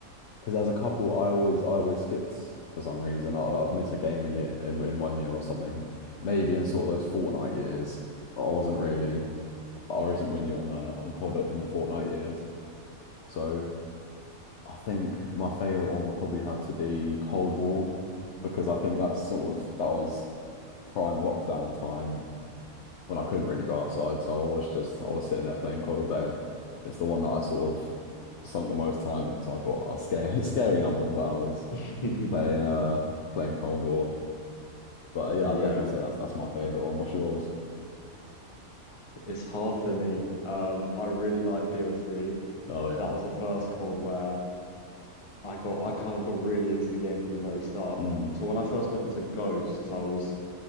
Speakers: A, on the left (about 65°); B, on the left (about 25°).
A: because there's a couple I always I always skipped for some reason. I'd, I'd miss a game a year in, in one year or something. Maybe in sort of those Fortnite years, I wasn't really I wasn't really on uh, on COD in the Fortnite years. So I think my favorite one would probably have to be Cold War because I think that's sort of that was prime lockdown time when I couldn't really go outside. So I was just I was sitting there playing COD all day. It's the one that I sort of sunk the most time into. I got a scary <laughs> scary number of hours
B: <laughs>
A: playing uh playing Cold War. But uh, yeah,
B: Yeah.
A: I'd definitely say that's that's my favorite one. What's yours?
B: It's hard for me. Um, I really like BO3.
A: Oh yeah.
B: That was the first COD where I got I kind of got really into the game from the very start.
A: Mm,
B: So when I first got into Ghosts, I was